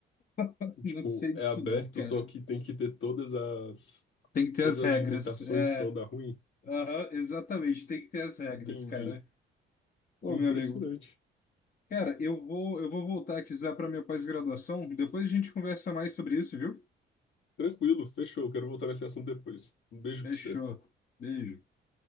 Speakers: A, on the left; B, on the left.
A: <laughs> Não
B: Tipo,
A: sei disso
B: é aberto,
A: não, cara.
B: só que tem que ter todas as,
A: Tem que ter
B: todas
A: as regras.
B: as limitações
A: É,
B: que não dá ruim?
A: aham, exatamente, tem que ter as regras,
B: Entendi.
A: cara. Ô,
B: Impressionante.
A: meu amigo, cara, eu vou, eu vou voltar aqui já para minha pós-graduação. Depois a gente conversa mais sobre isso, viu?
B: Tranquilo, fechou. Quero voltar nesse assunto depois. Um beijo
A: Fechou.
B: pra você.
A: Beijo.